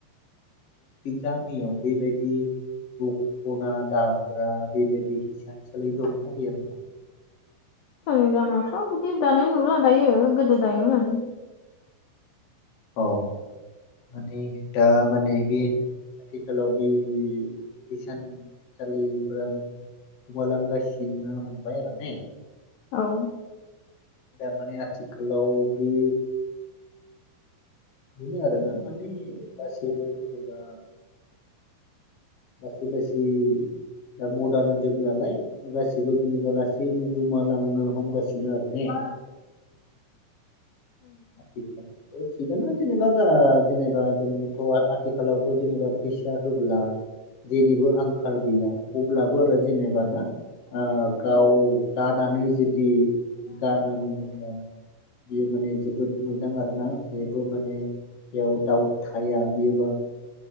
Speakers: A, on the left; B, on the left.
A: गामियाव बेबायदि दख'ना दाग्रा बेबायदि हिसानसालि दंङोना गैया नोंथां
B: जोंनि गामियावथ' बिदि दानाय नुला दायो गोदो दायोमोन
A: औ माने दा माने बे आथिखालाव बे हिसानसालिफोरा माने गोमालांगासिनो हमबाय आरो ने
B: औ
A: दारमाने आथिखालाव बे बेनो आरोना माने गासैबो जेरै दा लासै लासै दा मदार्न जुग नालाय गासिबो जेनेबा लासैनो गोमालांनो हमगासिनो आरो ने
B: मा
A: आ <inaudible> थिगानो जेनेबा जेनेबा जोंथ' आथिखालावथ' जेनेबा फैसा होब्ला जेनिबो आंखाल गैया अब्लाबो जेनेब ना ओ गाव दानानै जुदि गानो मोनोब्ला बियो माने जोबोद मोजां आरोना जेबो माने बेयाव दाउट थाया बियोबा